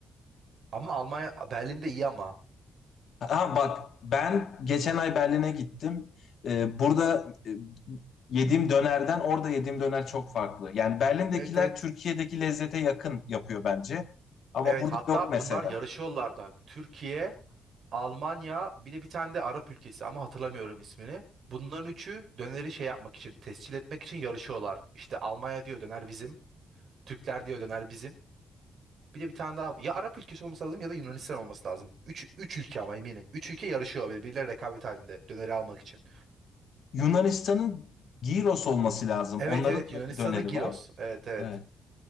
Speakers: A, on the right (about 40°); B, on the left (about 55°).
A: Ama Almanya, Berlin'de iyi ama.
B: Ha bak ben geçen ay Berlin'e gittim. Ee, burada e, yediğim dönerden orada yediğim döner çok farklı. Yani Berlin'dekiler
A: Evet evet.
B: Türkiye'deki lezzete yakın yapıyor bence. Ama
A: Evet,
B: burada
A: hatta
B: yok mesela.
A: bunlar yarışıyorlar da. Türkiye, Almanya, bir de bir tane de Arap ülkesi ama hatırlamıyorum ismini. Bunların üçü döneri şey yapmak için, tescil etmek için yarışıyorlar. İşte Almanya diyor döner bizim, Türkler diyor döner bizim. Bir de bir tane daha. Ya Arap ülkesi olması lazım ya da Yunanistan olması lazım. Üç, üç ülke ama eminim. Üç ülke yarışıyor böyle birbirleri rekabet halinde döneri almak için.
B: Yunanistan'ın Gyros olması lazım.
A: Evet
B: Onların
A: evet Yunanistan'ın
B: da bir döneri
A: Giros.
B: var.
A: Evet evet.
B: Evet.